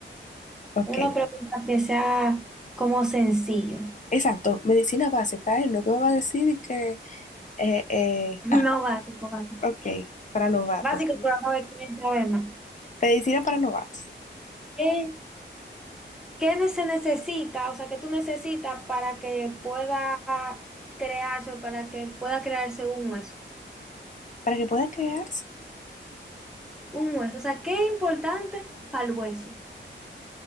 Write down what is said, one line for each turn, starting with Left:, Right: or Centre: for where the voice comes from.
Left: ok,
Centre: una pregunta que sea como sencillo,
Left: exacto, medicina básica, ¿eh? Lo que me va a decir y que, eh, eh,
Centre: <laughs> no
Left: ah,
Centre: básico, básico.
Left: ok, para novatos.
Centre: Básico, pero vamos a ver quién sabe más.
Left: Medicina para novatos,
Centre: ¿Qué, qué se necesita, o sea, qué tú necesitas para que pueda crearse o para que pueda crearse un hueso?
Left: para que pueda crearse.
Centre: Un hueso, o sea, qué es importante para el hueso.